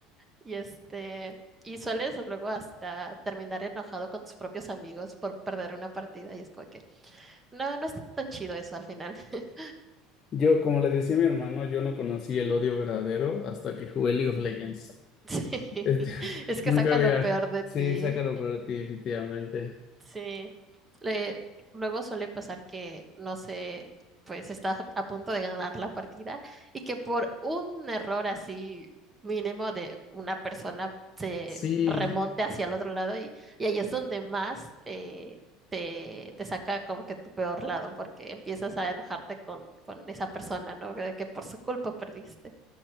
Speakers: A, on the right (about 15°); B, on the left (about 35°).
A: Y este, y sueles luego hasta terminar enojado con tus propios amigos por perder una partida y es como que No, no está tan chido eso al final. <laughs>
B: Yo, como le decía a mi hermano, yo no conocí el odio verdadero hasta que jugué League of Legends.
A: Sí,
B: Este, <laughs>
A: es que
B: nunca
A: saca
B: había.
A: lo peor de
B: Sí,
A: ti.
B: sácalo para ti, definitivamente.
A: Sí. Le- luego suele pasar que, no sé, pues estás a punto de ganar la partida y que por un error así mínimo de una persona se
B: Sí,
A: remonte hacia el otro lado y, y ahí es donde más eh, te, te saca como que tu peor lado porque empiezas a enojarte con, con esa persona, ¿no? De que por su culpa perdiste.